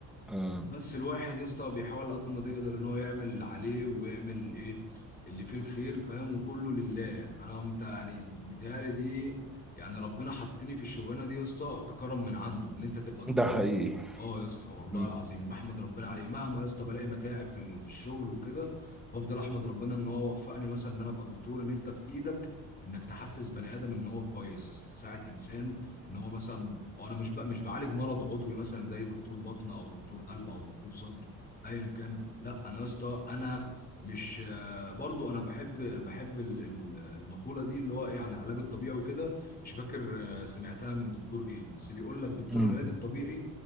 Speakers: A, in the centre; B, on the left (about 25°).
A: آه
B: بس الواحد يا اسطى بيحاول قد ما يقدر ان هو يعمل اللي عليه ويعمل ايه اللي فيه الخير فاهم وكله لله انا انت يعني بيتهيألي دي يعني ربنا حطني في الشغلانه دي يا اسطى ككرم من عنده ان انت تبقى دكتور
A: ده حقيقي
B: اه يا اسطى والله
A: م-
B: العظيم بحمد ربنا عليه مهما يا اسطى بلاقي متاعب في ال- في الشغل وكده بفضل احمد ربنا ان هو وفقني مثلا ان انا ابقى دكتور ان انت في ايدك انك تحسس بني ادم ان هو كويس يا اسطى، تساعد انسان ان هو مثلا هو انا مش بقى مش بعالج مرض عضوي مثلا زي دكتور بطن او دكتور قلب او دكتور صدر ايا كان لا انا يا اسطى انا مش آه، برضو انا بحب بحب ال- ال- المقوله دي اللي هو ايه عن العلاج الطبيعي وكده مش فاكر آه، سمعتها من دكتور ايه بس بيقول لك دكتور
A: م.
B: العلاج الطبيعي